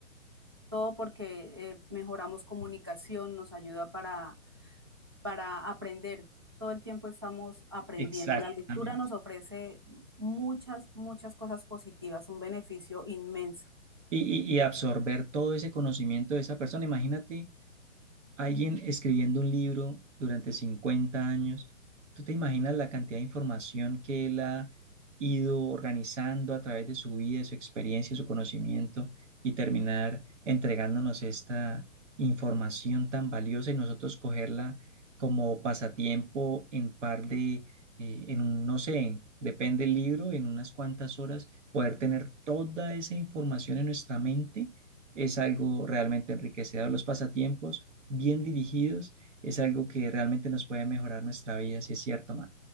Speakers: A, on the right (about 20°); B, on the right (about 60°).
A: todo porque eh, mejoramos comunicación, nos ayuda para, para aprender. Todo el tiempo estamos aprendiendo.
B: Exactamente.
A: La lectura nos ofrece muchas, muchas cosas positivas, un beneficio inmenso.
B: Y, y- y absorber todo ese conocimiento de esa persona. Imagínate alguien escribiendo un libro durante 50 años, ¿tú te imaginas la cantidad de información que él ha ido organizando a través de su vida, de su experiencia, de su conocimiento y terminar entregándonos esta información tan valiosa y nosotros cogerla como pasatiempo en par de, eh, en un, no sé, depende del libro, en unas cuantas horas, poder tener toda esa información en nuestra mente? Es algo realmente enriquecedor. Los pasatiempos bien dirigidos, es algo que realmente nos puede mejorar nuestra vida, si es cierto, man.